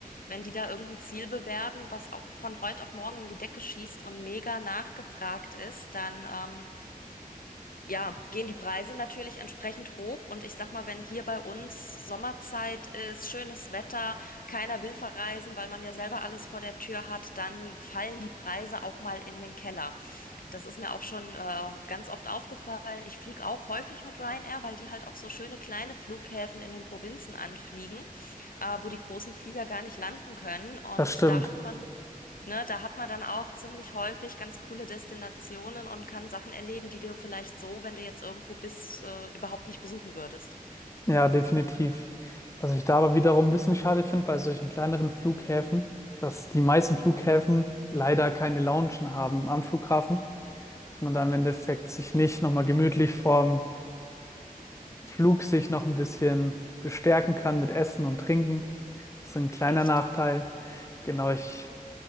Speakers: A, on the left (about 70°); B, on the left (about 20°).
A: Wenn die da irgendein Ziel bewerben, was auch von heute auf morgen in die Decke schießt und mega nachgefragt ist, dann ähm, ja, gehen die Preise natürlich entsprechend hoch. Und ich sag mal, wenn hier bei uns Sommerzeit ist, schönes Wetter, keiner will verreisen, weil man ja selber alles vor der Tür hat, dann fallen die Preise auch mal in den Keller. Das ist mir auch schon äh, ganz oft aufgefallen. Ich fliege auch häufig mit Ryanair, weil die halt auch so schöne kleine Flughäfen in den Provinzen anfliegen, äh, wo die großen Flieger gar nicht landen können. Und
B: das stimmt.
A: da hat man, ne, da hat man dann auch ziemlich häufig ganz coole Destinationen und kann Sachen erleben, die du vielleicht so, wenn du jetzt irgendwo bist, äh, überhaupt nicht besuchen würdest.
B: Ja, definitiv. Was ich da aber wiederum ein bisschen schade finde bei solchen kleineren Flughäfen, dass die meisten Flughäfen leider keine Loungen haben am Flughafen, dass man da im Endeffekt sich nicht nochmal gemütlich vorm Flug sich noch ein bisschen bestärken kann mit Essen und Trinken. Das ist ein kleiner
A: Echt?
B: Nachteil. Genau, ich,